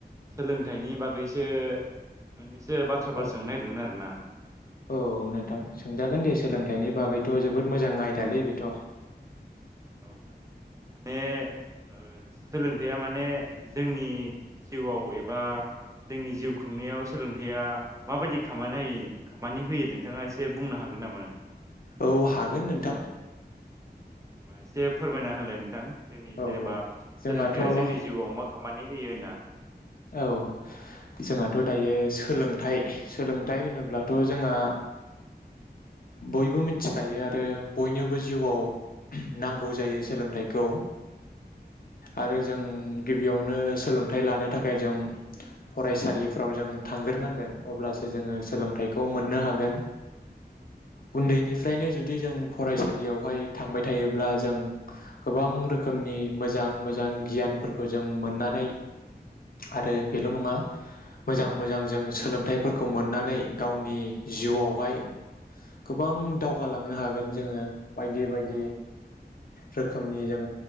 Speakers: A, on the right; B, on the left.
A: सोलोंथाइनि बागै सो मोननैसो बाथ्राफोर
B: औ
A: सोंनो नागिरदोंमोन
B: औ नोंथां सोंजागोन दे सोलोंथा थाइनि बागैथ जोबोद मोजां आयदालै बेथ।
A: औ जागोन माने ओ सोलोंथाइया माने जोंनि जिउवाव एबा जोंनि जिउ खुंनायाव सोलोंथाइया माबायदि खामानि खामानि होयो नोंथाङा एसे बुंनो हागोन नामा नों
B: औ हागोन नोंथां
A: होमबा एसेे फोरमायना होलाय नोंथां। जोंनि
B: औ
A: जेनेबा
B: औ जोंहाथ'
A: सोलोंथाइया
B: औ
A: जोंनि जिउवाव मा खामानि होयो होना
B: औ जोंहाथ दायो सोलोंथाइ सोलोंथाइ होनोब्लाथ जोंहा बयबो मिथिखायो आरो बयनोबो जिउआव नांगौ जायो सोलोंथाइखौ आरो जों गिबियावनो सोलोंथाइ लानो था खाय जों फरायसालिफ्राव जों थांग्रोनांगोन अब्लासो जोङो सोलोंथाइखौ मोननो हागोन। उन्दैनिफ्रायनो जुदि जों फरायसालियावहाय थांबाय थायोब्ला जों गोबां रोखोमनि मोजां मोजां गियानफोरखौ जों मोननानै आरो बेल' नङा मोजां मोजां जों सोलोंथाइफोरखौ मोननानै गावनि जिउवावहाय गोबां दावगालांनो हागोन जोङो। बायदि बायदि रोखोमनि जों